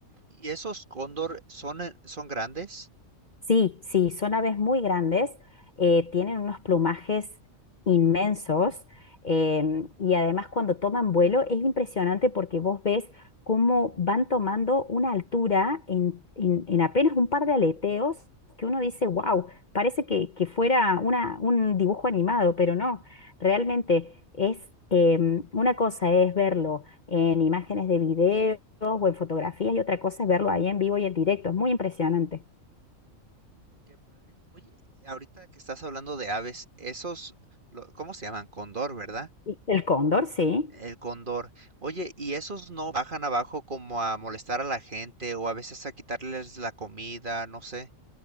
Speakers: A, on the right; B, on the left.
A: Y esos cóndor son, eh, son grandes.
B: Sí, sí, son aves muy grandes, eh, tienen unos plumajes inmensos em, y además cuando toman vuelo es impresionante porque vos ves cómo van tomando una altura en, en- en apenas un par de aleteos que uno dice, wow, parece que, que fuera una- un dibujo animado, pero no, realmente es em, una cosa es verlo en imágenes de videos o en fotografías y otra cosa es verlo ahí en vivo y en directo, es muy impresionante.
A: Qué padre. Oye, y ahorita que estás hablando de aves, esos, lo- ¿cómo se llaman? Cóndor, ¿verdad?
B: Y El cóndor, sí.
A: El cóndor. Oye, ¿y esos no bajan abajo como a molestar a la gente o a veces a quitarles la comida? No sé.